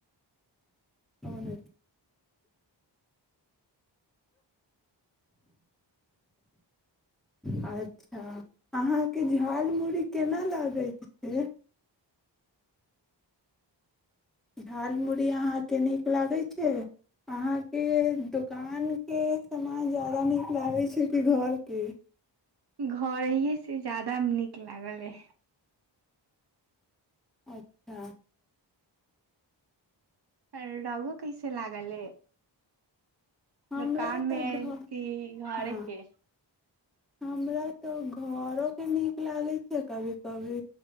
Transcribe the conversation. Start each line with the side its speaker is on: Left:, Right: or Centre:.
Centre: आर आज अच्छ अहाँके झाल मही केना लगैत छै झाल मही अहाँके नीक लागै छै अहाँके दोकानके सामान ज्यादा नीक लागै छै कि घरके
Right: घर हहिये से ज्यादा नीक लागल अइ
Centre: अच्छा
Right: हर रगो कैसे लागलै
Centre: हमरा
Right: दुोकान
Centre: तऽ
Right: मे
Centre: घर
Right: की घरे
Centre: हँ
Right: के
Centre: हमरा तऽ घरोके नीक लागै छै कभी कभी